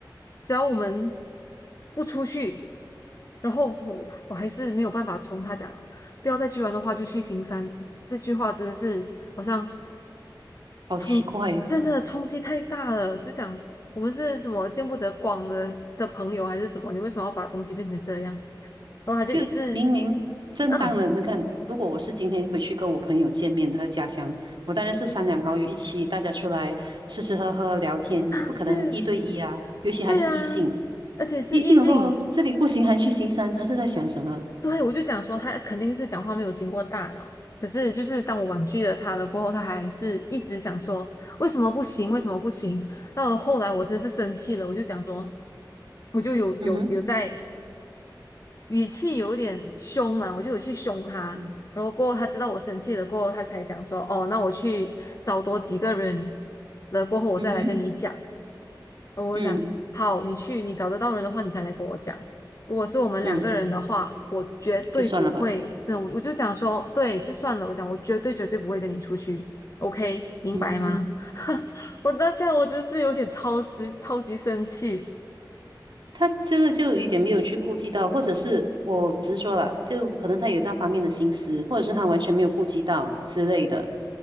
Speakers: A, on the left; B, on the right.
A: 只要我们不出去，然后我我还是没有办法从他讲啊，不要再去玩的话就去行山，这这句话真的是好像
B: 好奇怪耶
A: 冲真的冲击太大了，就讲我们是什么见不得光的的朋友还是什么？你为什么要把东西变成这样？然后他就一直
B: 就明明正当的，
A: 嗯，
B: 你看，如果我是今天回去跟我朋友见面，他的家乡，我当然是三两好友一起，大家出来吃吃喝喝聊天，不可能一对一啊，
A: 对
B: 尤其还是异性。
A: 对啊，而且是异性，
B: 一星了过后，这里不行，还去新山，他是在想什么？
A: 对我就讲说他肯定是讲话没有经过大脑。可是就是当我婉拒了他了过后，他还是一直想说为什么不行，为什么不行？到了后来我真是生气了，我就讲说，我就有有有在。
B: 嗯哼，
A: 语气有点凶啦，我就有去凶他，
B: 嗯
A: 然后过后他知道我生气了，过后他才讲说，哦，那我去找多几个人了，过后我再来跟你讲。
B: 嗯哼，
A: 然后我讲，
B: 嗯
A: 好，你去，你找得到人的话，你再来跟我讲。如果是我们两个人的话，
B: 嗯，
A: 我绝对不会，
B: 就算了吧。
A: 这我就讲说，对，就算了，我讲我绝对绝对不会跟你出去，OK，明白吗？
B: 嗯。
A: <laughs> 我当下我真是有点超时，超级生气，
B: 他这个就有一点没有去顾及到，或者是我直说了，就可能他有那方面的心思，或者是他完全没有顾及到之类的。